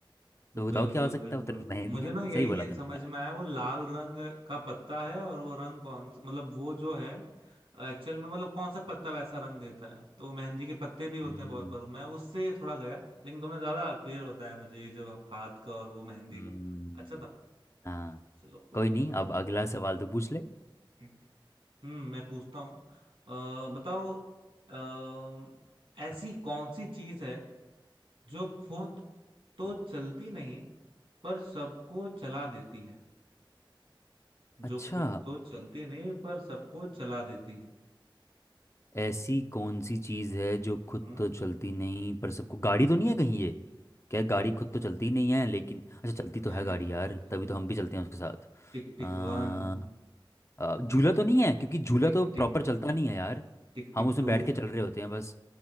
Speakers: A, on the left; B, on the right.
A: तो
B: बिल्कुल
A: बताओ क्या हो सकता
B: बिल्कुल
A: है उधर मेहंदी
B: मुझे
A: है
B: ना यही
A: सही बोला
B: समझ
A: तुमने यार
B: में आया वो लाल रंग का पत्ता है और वो रंग कौन सा मतलब वो जो है एक्चुअल में मतलब कौन सा पत्ता वैसा रंग देता है तो मेहंदी के पत्ते भी होते
A: हम्म
B: हैं बहुत बार मैं उससे थोड़ा गया लेकिन तुमने ज्यादा क्लियर बताया मुझे ये जो हाथ का और वो मेहंदी
A: हम्म,
B: का अच्छा था
A: हाँ
B: चलो कोई
A: कोई
B: नहीं
A: नहीं
B: कोई
A: अब अगला सवाल तो पूछ ले
B: नहीं। हम्म मैं पूछता हूँ अ, बताओ अ, ऐसी कौन सी चीज है जो खुद तो चलती नहीं पर सबको चला देती है
A: अच्छा
B: जो खुद तो चलती नहीं पर सबको चला देती है
A: ऐसी कौन सी चीज़ है जो खुद
B: हाँ
A: तो चलती नहीं पर सबको गाड़ी तो नहीं है कहीं ये क्या गाड़ी खुद तो चलती नहीं है लेकिन अच्छा चलती तो
B: नए
A: है गाड़ी
B: नए चलती
A: यार
B: चलती
A: तभी तो हम भी चलते हैं उसके साथ
B: टिक टिक
A: अ,
B: वन
A: अ, झूला तो नहीं
B: टिक
A: है क्योंकि झूला
B: टिक
A: तो प्रॉपर
B: टिक
A: चलता नहीं है यार
B: टिक
A: हम
B: टिक
A: उसमें
B: टू
A: बैठ के चल रहे होते हैं बस